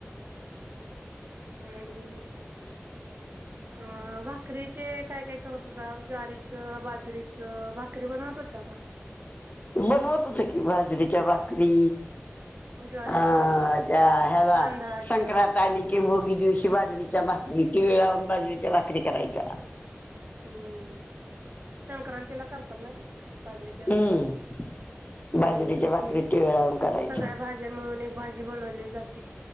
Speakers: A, on the right; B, on the left.
A: <inaudible> आणि
B: <inaudible>
A: अ भाकरीचे काय काय करत होता ज्वारीचं, बाजरीचं भाकरी बनवत होता का?
B: बनवत होतो की बाजरीच्या भाकरी.
A: ज्वारीच्या
B: हा त्या हेला
A: तांदळाच्या
B: संक्रांत आली की भोगी दिवशी बाजरीच्या भाकरी तीळ लावून बाजरीच्या भाकरी करायच्या.
A: हम्म संक्रांतीला करतात ना गं बाजरीच्या भाकरी.
B: हम्म बाजरीच्या
A: हम्म
B: भाकरी
A: ती
B: तीळ लावून करायच्या
A: सगळ्या भाज्या मिळून एक भाजी बनवली जाते.